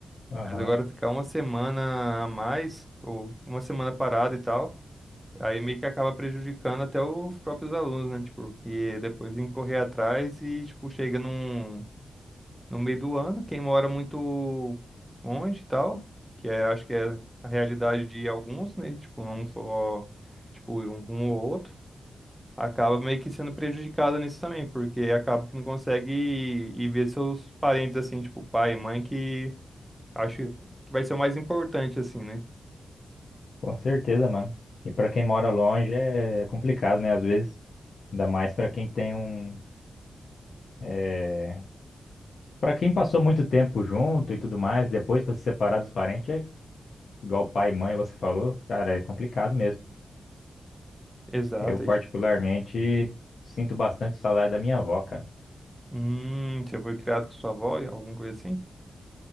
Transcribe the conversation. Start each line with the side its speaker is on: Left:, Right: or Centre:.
Left: Aham.
Centre: Mas agora ficar uma semana a mais, ou uma semana parada e tal, aí meio que acaba prejudicando até os próprios alunos, né? Tipo, que depois tem que correr atrás e, tipo, chega num, no meio do ano. Quem mora muito longe e tal, que é, acho que é a realidade de alguns, né? Tipo, não só, tipo, um, um ou outro, acaba meio que sendo prejudicado nisso também, porque acaba que não consegue ir, ir ver seus parentes, assim, tipo, pai e mãe, que acho que vai ser o mais importante, assim, né?
Left: Com certeza, mano. E pra quem mora longe é complicado, né? Às vezes, ainda mais pra quem tem um. É... Para quem passou muito tempo junto e tudo mais, depois pra se separar dos parentes é igual pai e mãe você falou, cara, é complicado mesmo.
Centre: Exato,
Left: Eu particularmente
Centre: aí, tipo,
Left: sinto bastante saudade da minha avó, cara.
Centre: hum, você foi criado com sua avó, alguma coisa assim?